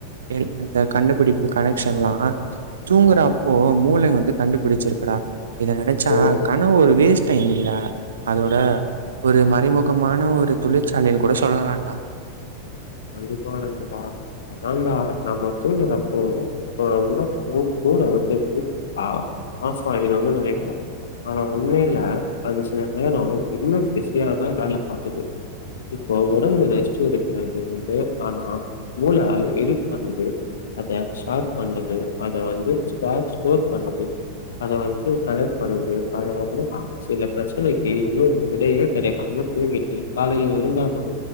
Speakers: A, on the right (about 65°); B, on the left (about 65°).
A: எல் இந்த கண்டுபிடிப்பு கனெக்ஷன்லா தூங்குறப் போ மூளை வந்து கண்டுபிடிச்சிருக்குடா இத நெனச்சா
B: ஓ!
A: கணவு ஒரு வேஸ்ட் டைம் இல்ல அதோட
B: ம்.
A: ஒரு மறைமுகமான ஒரு தொழிற்சாலைன் கூட சொல்லலான்டா
B: கண்டிப்பா இருக்குடா அதான்டா நம்ம தூங்குரப்போ அ உறங்னு மூள வந்து விருச் ஆ ஆப் ஆய்டுனு நெனைக்ற ஆனா உண்மைல அது சில நேரோ இன்னு பிசியாதா வேல பாக்குது இப்போ ஒடம்பு ரெஸ்ட் எடுக்குறது இர்ந்து ஆனா மூள அதுலிந்து எடிட் பண்ணுது அதைய ஷார்ட் பண்ணது அத வந்து ஸ்பால் ஸ்கோர் பண்ணது அத வந்து கரெக்ட் பண்ணது அதவந்து சில ப்ரச்சனைக்கு இன்னு விடையே கிடைக்காம தூங்கிட்டு காலையில எழுந்தாதா